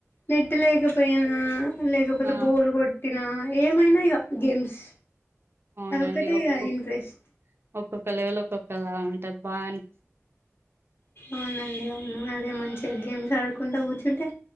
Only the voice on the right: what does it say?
ఆ
అవునండి
ఒక్కొక్క
ఒక్కొక్క లెవెల్లో ఒక్కొక్కలా ఉంటాయ్ బాగన్